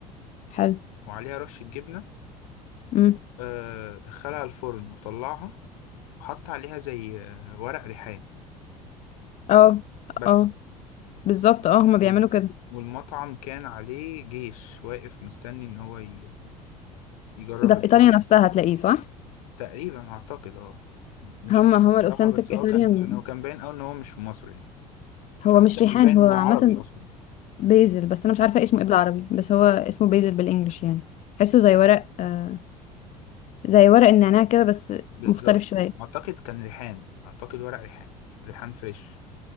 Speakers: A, on the left; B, on the left.
A: حلو
B: وعليها رشه جبنه
A: امم
B: آه دخلها الفرن وطلعها وحط عليها زي آه، ورق ريحان
A: اه
B: بس
A: اه بالظبط اه هما
B: وال-
A: بيعملوا كده
B: والمطعم كان عليه جيش واقف مستني ان هو ي- يجرب
A: ده
B: الفرن
A: في ايطاليا نفسها هتلاقيه صح
B: تقريبا اعتقد اه مش
A: هما
B: عارف
A: هما
B: بصراحة
A: الاوثنتيك
B: بس هو
A: ايطاليان
B: كان يعني هو كان باين قوي ان هو مش في مصر يعني
A: هو
B: حتى
A: مش
B: مش
A: ريحان
B: باين
A: هو
B: ان هو
A: عامة
B: عربي اصلا
A: بيزل بس انا مش عارفة اسمه ايه بالعربي بس هو اسمه بيزل بالانجلش يعني تحسه زي ورق آه، زي ورق النعناع كده بس
B: بالظبط
A: مختلف شوية
B: اعتقد كان ريحان اعتقد ورق ريحان ريحان فريش